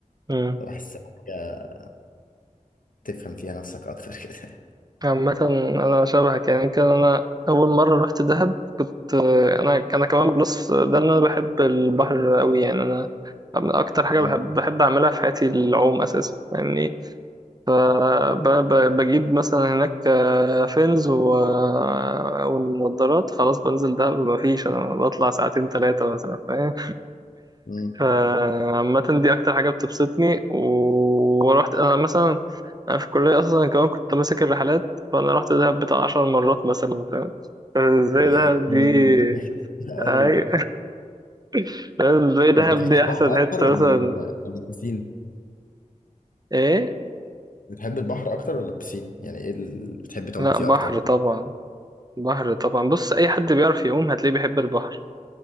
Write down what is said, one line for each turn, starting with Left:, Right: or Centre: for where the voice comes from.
Right: أمم.
Left: فبحس حاجة تفهم فيها نفسك أكتر <laughs> كده
Right: عامه انا شبهك يعني كان انا اول مره رحت دهب كنت انا انا كمان بلس ده ان انا بحب البحر قوي يعني انا اكتر حاجه
Left: مم.
Right: بحب بحب اعملها في حياتي العوم اساسا يعني فبجيب مثلا هناك آه، فينز و... آه، والنضارات خلاص بنزل دهب مفيش انا بطلع ساعتين ثلاثة مثلا فاهم
Left: مم.
Right: فعامة دي اكتر حاجة بتبسطني و- ورحت انا مثلا أنا في الكلية اصلا كمان كنت ماسك الرحلات فانا رحت دهب بتاع عشر مرات مثلا فاهم ازاي
Left: يا
Right: دهب
Left: دي
Right: دي
Left: <laughs>
Right: أي...
Left: قوي
Right: <laughs> فاهم؟ ازاي دهب
Left: طب بتحب
Right: دي
Left: البحر
Right: احسن
Left: أكتر
Right: حتة
Left: ولا
Right: مثلا
Left: ال- ولا البسين؟
Right: ايه
Left: بتحب البحر أكتر ولا البسين؟ يعني إيه اللي بتحب تعوم
Right: لا
Left: فيه
Right: بحر
Left: أكتر؟
Right: طبعا بحر طبعا بص اي حد بيعرف يعوم هتلاقيه بيحب البحر